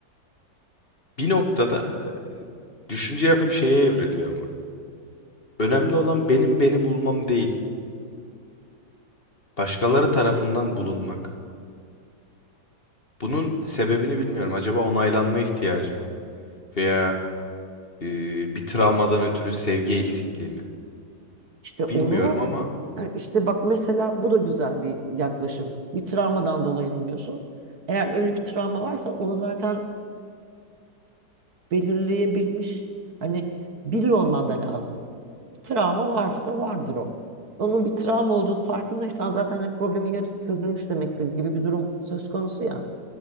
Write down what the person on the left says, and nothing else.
bir noktada e, düşünce yapım şeye evriliyor ama. Önemli olan benim beni bulmam değil. Başkaları tarafından bulunmak. Bunun sebebini bilmiyorum. Acaba onaylanma ihtiyacı mı? Veya e, bir travmadan ötürü sevgi eksikliği mi?
Bilmiyorum ama.